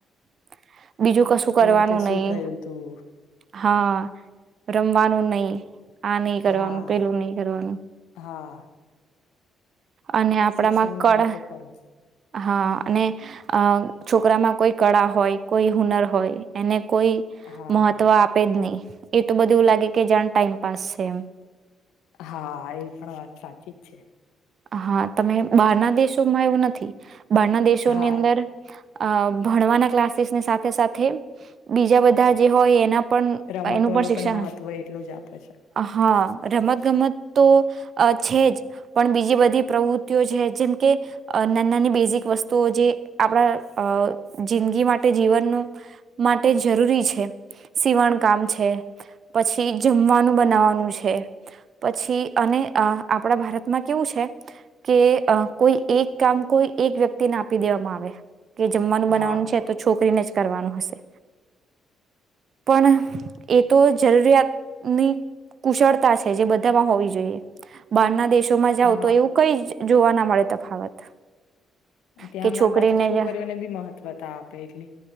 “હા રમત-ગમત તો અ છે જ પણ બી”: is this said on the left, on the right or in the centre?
Right